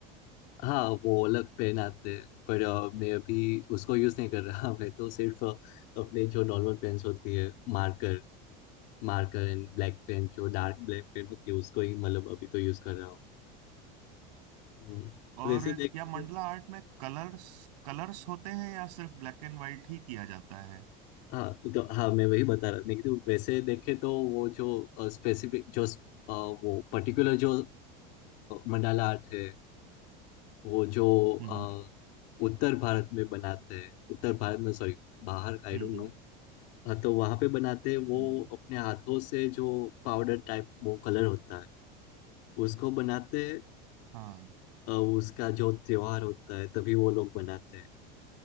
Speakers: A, on the left (about 55°); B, on the right (about 75°).
A: हाँ वो अलग पेन आते हैं पर अ, मैं अभी उसको यूज नहीं कर रहा <laughs> मैं तो सिर्फ अ, अपने जो नॉर्मल पेन्स होती है Marker Marker and black pen जो डार्क ब्लैक पेन होती है उसको ही मतलब अभी तो यूज कर रहा हूँ हम्म,
B: और
A: वैसे देखे
B: क्या
A: तो
B: मंडला आर्ट में कलर्स कलर्स होते हैं या सिर्फ ब्लैक एंड व्हाइट ही किया जाता है
A: हाँ तो हाँ मैं वही बता रहा था कि तो वैसे देखे तो वो जो स्पेसिफिक जो अ, वो पर्टिकुलर जो मंडाला आर्ट है वो जो
B: हम्म
A: अ, उत्तर भारत में बनाते हैं उत्तर भारत ना सॉरी बाहर आई
B: हम्म
A: डोंट
B: हम्म
A: नो हाँ तो वहां पे बनाते हैं वो
B: हम्म,
A: अपने हाथों से जो पाउडर टाइप वो कलर होता है उसको बनाते हैं
B: हाँ
A: अ, उसका जो त्योहार होता है तभी वो लोग बनाते हैं